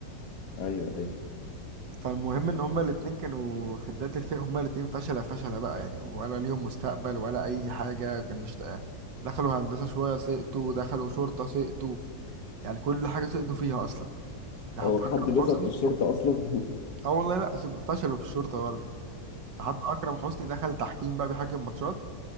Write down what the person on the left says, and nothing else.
ايوه ايوه
هو في حد
بيظبط
في الشرطه اصلا